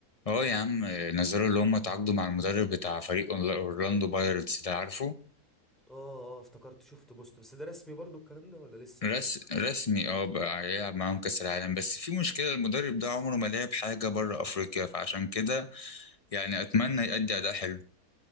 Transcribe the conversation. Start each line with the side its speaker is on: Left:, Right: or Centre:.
Left: اه يا عم نزلوا اللي هم تعاقدوا مع المدرب بتاع فريق أورلا- أورلاندو بايرتس ده عارفه
Centre: اه اه افتكرت شفت بوست بس ده رسمي برضو الكلام ده ولا لسه؟
Left: رس رسمي اه بقى هيلعب معاهم كأس العالم بس في مشكلة المدرب ده عمره ما لعب حاجة بره أفريقيا فعشان كده يعني أتمنى يأدي أداء حلو